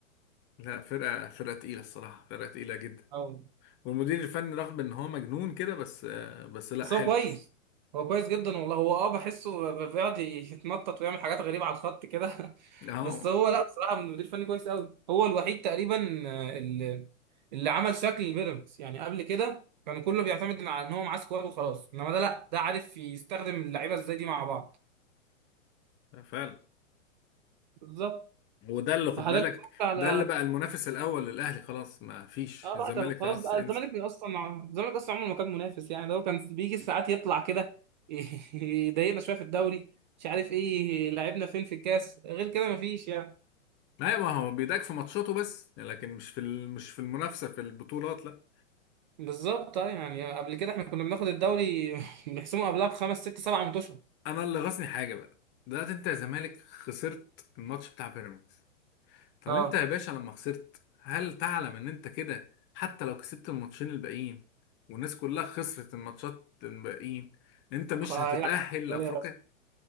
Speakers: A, on the left (about 25°); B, on the right (about 35°).
A: لا فرقة فرقة تقيلة الصراحة فرقة تقيلة جدا
B: اه
A: والمدير الفني رغم ان هو مجنون كده بس بس لا
B: بس
A: حلو
B: هو كويس هو كويس جدا والله هو اه بحسه ب- بيقعد يتنطط ويعمل حاجات غريبة على الخط كده <laughs>
A: اه
B: بس هو لا بصراحة من المدير الفني كويس قوي هو الوحيد تقريبا آه، اللي اللي عمل شكل البيراميدز يعني قبل كده كان كله بيعتمد على ان هو معاه سكواد وخلاص انما ده لا ده عارف يستخدم اللعيبة ازاي دي مع بعض
A: لا، فعلا
B: بالظبط
A: وده اللي خد
B: فحضرتك
A: بالك
B: اتفرجت على
A: ده اللي بقى المنافس الاول للاهلي خلاص ما فيش
B: اه
A: الزمالك
B: بعد خلاص
A: خلاص
B: بقى
A: انسى
B: الزمالك اصلا ع- الزمالك اصلا عمره ما كان منافس يعني ده هو كان بيجي ساعات يطلع كده <laughs> يضايقنا شويه في الدوري مش عارف ايه لعبنا فين في الكاس غير كده مفيش يعني
A: لا ما هو بيضايقك في ماتشاته بس لكن مش في ال- مش في المنافسه في البطولات لا
B: بالظبط اه يعني قبل كده احنا كنا بناخد الدوري <laughs> بنحسمه قبلها بخمس ست سبع ماتشات
A: انا اللي غاصني حاجه بقى دلوقتي انت يا زمالك خسرت الماتش بتاع بيراميدز طب
B: اه
A: انت يا باشا لما خسرت هل تعلم ان انت كده حتى لو كسبت الماتشين الباقيين والناس كلها خسرت الماتشات الباقيين انت مش
B: خ-
A: هتتأهل
B: يلعب بالي
A: لافريقيا
B: يا بس.